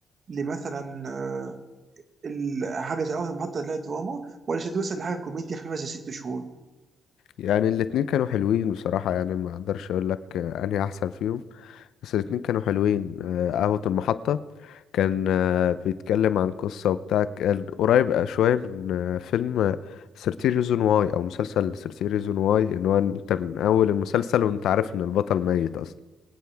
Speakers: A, on the right; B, on the left.
A: لمثلا آه ال- حاجه زي اول محطه اللي هي دراما ولا شديت مثلا لحاجه كوميديا خفيفه زي ست شهور؟
B: يعني الاتنين كانوا حلوين بصراحة يعني ما اقدرش اقول لك آه، انهي احسن فيهم بس الاتنين كانوا حلوين آه، قهوة المحطة كان آه، بيتكلم عن قصة وبتاع كان قريب شوية من آه، فيلم 13 ريزون واي أو مسلسل 13 ريزون واي إن هو أنت من أول المسلسل وأنت عارف إن البطل ميت أصلا